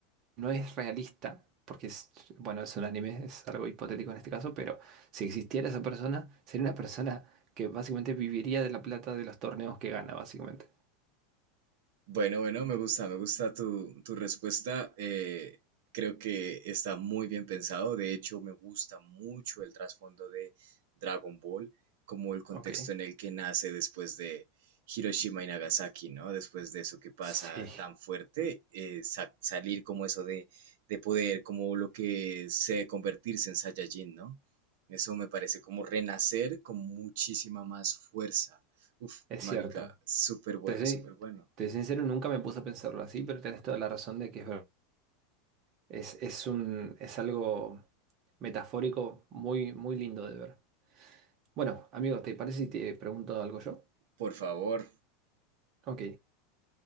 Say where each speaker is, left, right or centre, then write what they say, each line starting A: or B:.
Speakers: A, on the right; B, on the right.
A: no es realista, porque es, bueno, es un anime, es algo hipotético en este caso, pero si existiera esa persona, sería una persona que básicamente viviría de la plata de los torneos que gana, básicamente.
B: Bueno, bueno, me gusta, me gusta tu, tu respuesta. eh, creo que está muy bien pensado. De hecho, me gusta mucho el trasfondo de Dragon Ball, como el contexto
A: Ok.
B: en el que nace después de Hiroshima y Nagasaki, ¿no? Después de eso que pasa
A: Sí,
B: tan fuerte, eh, sa- salir como eso de, de poder, como lo que sé convertirse en Saiyajin, ¿no? Eso me parece como renacer con muchísima más fuerza. Uf,
A: es
B: marica,
A: cierto.
B: súper bueno,
A: Te soy,
B: súper bueno.
A: te soy sincero, nunca me puse a pensarlo así, pero tienes toda la razón de que es ver- Es, es un, es algo metafórico muy, muy lindo de ver. Bueno, amigo, ¿te parece si te pregunto algo yo?
B: Por favor.
A: Ok.